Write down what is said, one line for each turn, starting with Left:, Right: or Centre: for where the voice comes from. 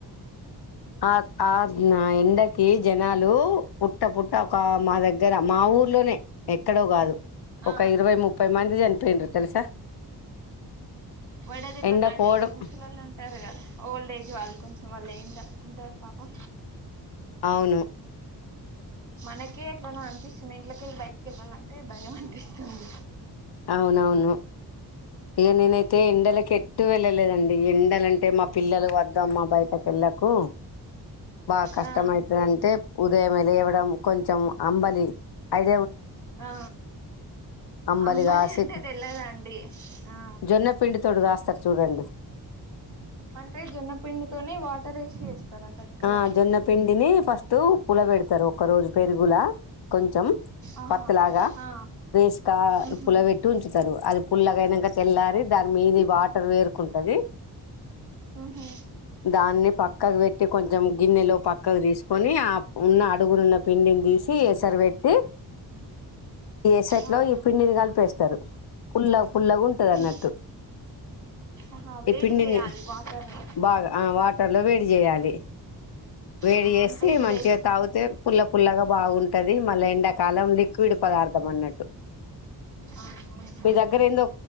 Left: అ అద్ ఆ ఎండకి జనాలు పుట్ట పుట్ట ఒక మా దగ్గర మా ఊర్లోనే ఎక్కడో కాదు ఒక
Right: ఆ
Left: ఇరవై ముప్పై మంది చనిపోయిండ్రు తెలుసా
Right: వడదెబ్బకండి
Left: ఎండ కోవడం
Right: ఇప్పుడు ముసలోళ్ళు ఉంటారు కదా ఓల్డేజ్ వాళ్ళు కొంచెం వాళ్ళు ఎండ ఉంటారు పాపం
Left: అవును
Right: మనకే ఎట్లానో అనిపిస్తుంది ఇంట్లకెళ్ళి బయటికెళ్ళాలంటే భయం అనిపిస్తుంది
Left: అవునవును ఇగ నైనేతే ఎండలకె ట్టు వెళ్ళలేదండి ఎండాలంటే మా పిల్లలు వద్దు అమ్మ బయటకు వెళ్ళకు బాగా కష్టమైతదంటే
Right: ఆ
Left: ఉదయమే లేవడం కొంచెం అంబలి అయ్
Right: ఆ
Left: అంబలి
Right: అం బలి
Left: కాసి
Right: అంటే తెల్లదా అండి ఆ
Left: జొన్న పిండి తోటి కాస్తారు చూడండి
Right: అంటే జొన్నపిండితోనే వాటర్ వేసి చేస్తారా గట్కలాగా
Left: ఆ జొన్న పిండిని ఫస్ట్ పుల బెడతారు ఒక రోజు పెరుగులా కొంచెం
Right: ఆహా
Left: పత్త లాగా
Right: ఆ
Left: రేసికా
Right: ఉహు
Left: పుల బెట్టి ఉంచుతారు అది పుల్లగయినాక తెల్లారి దాని మీద వాటర్ వేరుకుంటది
Right: ఉహు
Left: దాన్ని పక్కకు పెట్టి కొంచెం గిన్నెలో పక్కకు తీసుకొని ఆ ఉన్న అడుగునున్న పిండిని తీసి ఎసర పెట్టి ఈ ఎసట్లో
Right: ఆహా
Left: ఈ పిండిని కలిపేస్తారు పుల్ల పుల్లగా ఉంటది
Right: ఈ పిన్
Left: అన్నట్టు
Right: ఆహా వేడి
Left: ఈ పిండిని
Right: చేయాలి వాటర్ని
Left: బాగా ఆ వాటర్ లో వేడి చేయాలి వేడి
Right: ఆ
Left: చేసి
Right: అంటే ఇప్పుడు
Left: మంచిగా
Right: ఎస్
Left: తాగితే పుల్ల పుల్లగా బాగుంటది మళ్ళా ఎండాకాలం లిక్ క్విడ్ పదార్థం అన్నట్టు
Right: ఆ అవునండి
Left: మీ దగ్గర ఏందో